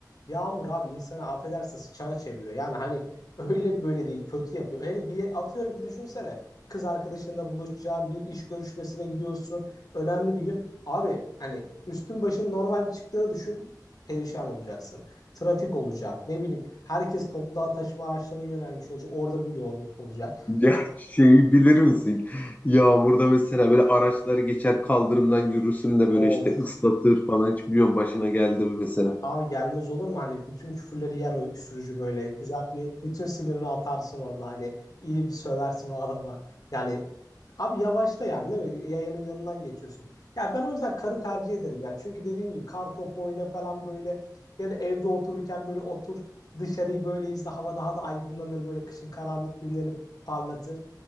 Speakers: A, on the left; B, on the left.
A: yağmur abi insana affedersin sıçana çeviriyor. Yani hani öyle böyle değil kötü yapıyor. Öyle bir atıyorum ki düşünsene kız arkadaşınla buluşacağın bir iş görüşmesine gidiyorsun. Önemli bir gün. Abi hani üstün başın normal çıktığını düşün perişan olacaksın. Trafik olacak ne bileyim herkes toplu taşıma araçlarına yönelmiş olacak. Orada bir yoğunluk olacak.
B: Ya şeyi bilir misin? Yağmurda mesela böyle araçlar geçer kaldırımdan yürürsün de böyle
A: Of
B: işte ıslatır falan. Hiç biliyorum başına geldim mesela.
A: Abi gelmez olur mu? Hani bütün küfürleri yer o sürücü böyle. Güzel bir bütün sinirini atarsın orada. Hani iyi bir söversin o adama. Yani abi yavaşla yani değil mi? Yayanın yanından geçiyorsun. Ya ben o yüzden karı tercih ederim ya. Çünkü dediğin gibi kar topu oyna falan böyle ya da evde otururken böyle otur dışarıyı böyle izle. Hava daha da aydınlanır böyle kışın karanlık günlerini parlatır.